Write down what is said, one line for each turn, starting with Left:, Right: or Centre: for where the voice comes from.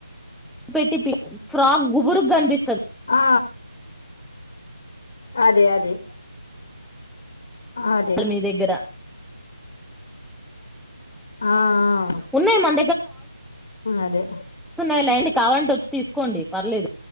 Centre: పెట్టి పీ ఫ్రాక్ గుబురు కనిపిస్తది
Left: ఆ అదే అదే అదే
Centre: అల్ మీ దగ్గర
Left: ఆఆ
Centre: ఉన్నాయి మన
Left: అదే
Centre: న్నాయ్ లేండి కావాలంటే వచ్చి తీసుకోండి పర్లేదు